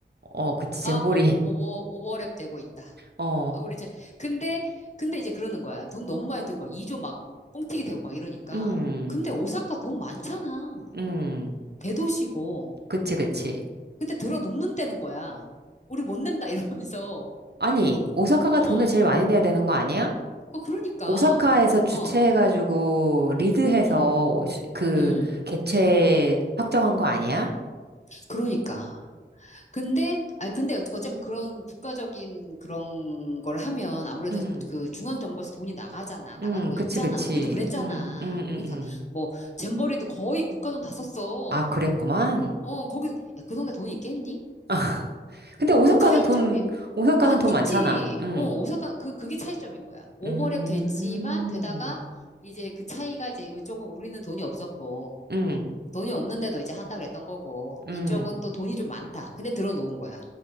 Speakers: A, on the right; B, on the left.
A: 어, 그치, 잼버리.
B: 오버,
A: <laughs>
B: 오버, 오버랩 되고 있다.
A: 어,
B: 아, 우리 이제, 근데, 근데 이제 그러는 거야. 돈 너무 많이 들고 막 2조 막 뻥튀기 되고 막 이러니까.
A: 음,
B: 근데 오사카 돈 많잖아.
A: 음,
B: 대도시고.
A: 그치, 그치.
B: 근데 들어 눕는다는 거야. 우리 못 낸다 <laughs> 이러면서.
A: 아니, 오사카가
B: 어,
A: 돈을
B: 어,
A: 제일 많이 내야 되는 거 아니야?
B: 그러니까.
A: 오사카에서 주최해가지고
B: 어,
A: 리드해서
B: 음,
A: 수- 그
B: 음,
A: 개최 확정한 거 아니야?
B: 그러니까. 근데, 아, 근데 어- 어쨌든 그런 국가적인 그런 걸 하면 아무래도
A: 응,
B: 그 중앙정부에서 돈이 나가잖아. 나가는
A: 응,
B: 거
A: 그치,
B: 있잖아.
A: 그치.
B: 우리도 그랬잖아.
A: 응, 응,
B: 우리
A: 응,
B: 다,
A: 응.
B: 뭐, 잼버리도 거의 국가 돈 다 썼어.
A: 아, 그랬구만.
B: 어, 거기, 야, 그 동네 돈이 있겠니?
A: <laughs> 근데 오사카는
B: 차이점이,
A: 돈, 오사카는
B: 안,
A: 돈
B: 있지.
A: 많잖아. 응,
B: 어, 오사카, 그, 그게 차이점인 거야. 오버랩
A: 음,
B: 됐지만, 되다가, 이제 그 차이가 이제 이쪽은 우리는 돈이 없었고,
A: 응,
B: 돈이 없는데도 이제 한다 그랬던 거고,
A: 응.
B: 이쪽은 또 돈이 좀 많다. 근데 들어놓은 거야.